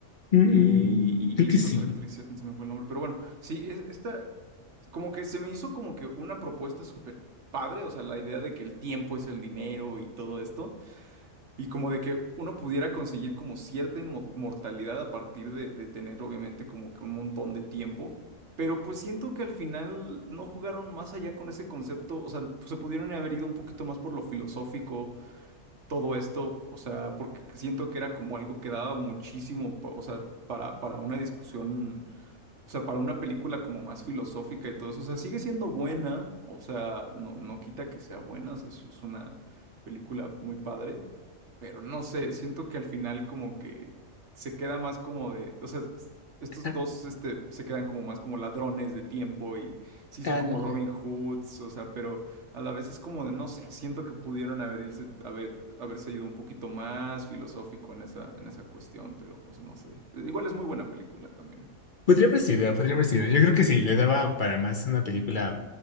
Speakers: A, on the left; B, on the right.
A: Mm,
B: y,
A: creo
B: y- y
A: que
B: esta
A: sí.
B: otra actriz, se se me fue el nombre, pero bueno, sí, es- esta, como que se me hizo como que una propuesta súper padre, o sea, la idea de que el tiempo es el dinero y todo esto, y como de que uno pudiera conseguir como cierta inmortalidad a partir de, de tener obviamente como que un montón de tiempo. Pero pues siento que al final no jugaron más allá con ese concepto, o sea, se pudieron haber ido un poquito más por lo filosófico, todo esto, o sea, porque siento que era como algo que daba muchísimo, pa- o sea, para, para una discusión, o sea, para una película como más filosófica y todo eso, o sea, sigue siendo buena, o sea, no, no quita que sea buena, o sea, es, es una película muy padre, pero no sé, siento que al final como que se queda más como de, o sea, s- estos
A: Ah,
B: dos este, se quedan como más como ladrones de tiempo y sí
A: ándale.
B: son como Robin Hoods, o sea, pero a la vez es como de, no sé, siento que pudieron haber, dice, haber, haberse ido un poquito más filosófico en esa, en esa cuestión, pero pues no sé. Igual es muy buena película también.
A: Podría haber sido, podría haber sido. Yo creo que sí, le daba para más una película